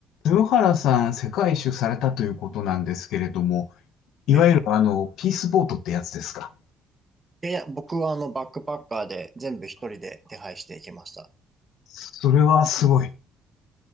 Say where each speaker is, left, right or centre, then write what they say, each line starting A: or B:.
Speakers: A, on the left; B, on the right.
A: 豊原さん、世界一周されたということなんですけれども、いわゆるあの、
B: はい
A: ピースボートってやつですか。
B: でいや、僕はあのバックパッカーで全部一人で手配していきました。
A: それはすごい。